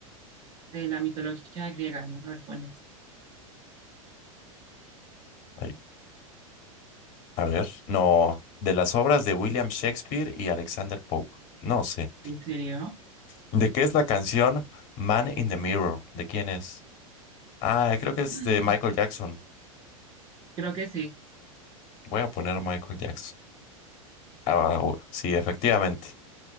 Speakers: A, on the right; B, on the left.
A: De la mitología griega, ¿no? A ver, pones.
B: Ay, a ver, no, de las obras de William Shakespeare y Alexander Pope. No sé.
A: ¿En serio?
B: ¿De qué es la canción Man in the Mirror? ¿De quién es? Ah, creo que es
A: <gasps>
B: de Michael Jackson.
A: Creo que sí.
B: Voy a poner Michael Jackson. Ah, u- sí, efectivamente.